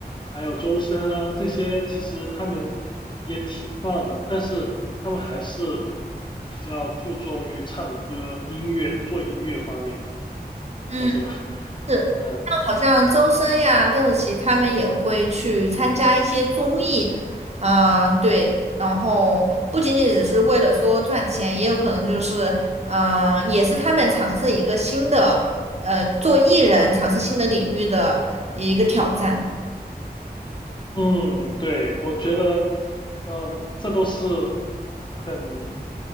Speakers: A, on the left; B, on the right.
A: 还有周深啊，这些其实他们也挺棒的，但是他们还是比较注重于唱歌、音乐、做音乐方面，你说是吧？
B: 嗯。
A: <laughs>
B: 是。
A: 嗯。
B: 那好像周深呀、邓紫棋他们也会去参加一些综艺，啊、对，然后不仅仅只是为了说赚钱，也有可能就是，嗯、也是他们尝试一个新的，呃，做艺人尝试新的领域的一个挑战。
A: 嗯，对，我觉得，嗯，这都是很